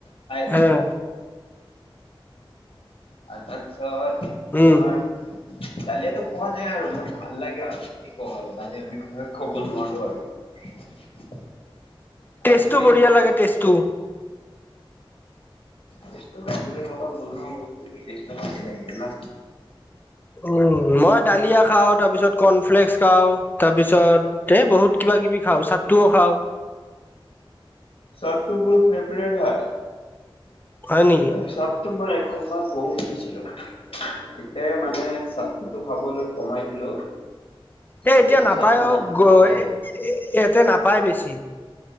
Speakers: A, on the left; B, on the left.
A: খাই
B: হে
A: থব। আৰু তাৰপিছত তোমাৰ
B: উম
A: ডালিয়াতো খোৱা যায় আৰু মোৰ ভাল লাগে আৰু। কি কওঁ আৰু কালি বিষয়ে কব নোৱাৰো আৰু।
B: টেষ্টটো
A: আৰু তুমি
B: বঢ়িয়া লাগে টেষ্টটো।
A: টেষ্টটো গাখীৰ লগাত বনোৱা বস্তুটো টেষ্টো ঠিকে লাগিব না।
B: উম মই দালিয়া খাও। তাৰ পিছত কৰ্ণফ্লেক্স খাও তাৰ পিছত এ বহুত কিবা - কিবি খাও চাটোৱা খাও।
A: চতটো মোৰ ফেবৰেট হয়।
B: হয়
A: তাৰ
B: নেকি
A: পিছত ত মই একম বহুত খাইছিলো। তেতিয়াই মানে চাদটোতো খাবলৈ কমাই দিলো।
B: এ
A: এতিয়াতো
B: এতিয়া নাপায়
A: চাৰ্টটো
B: অ
A: না নাপায়
B: গ এ এ ইয়াতে নাপায় বেছি।